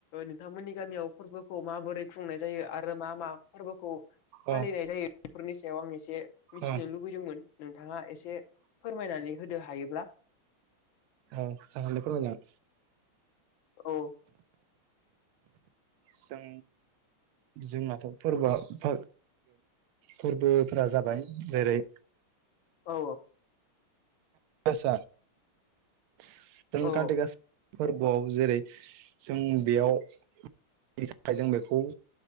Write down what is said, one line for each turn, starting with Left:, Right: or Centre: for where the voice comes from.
Left: नोंथांमोननि गामियाव फोरबोखौ माबोरै खुंनाय जायो यो आरो मा मा फोरबोखौ
Right: अ
Left: फालिनाय जायो बेफोरनि सायाव आं एसे मिथिनो
Right: अ
Left: लुबैदोंमोन नोंथाङा एसे फोरमायनानै होदो हायोब्ला
Right: औ जागोनदे फोरमायनो
Left: औ
Right: जों जोंनाथ फोरबोआ फा फोरबोफोरा जाबाय जेरै
Left: औ औ
Right: गासा <unintelligible> ओम
Left: औ
Right: काति गास फोरबोआव जेरै जों बेयावनि <unintelligible> थाखाय जों बेखौ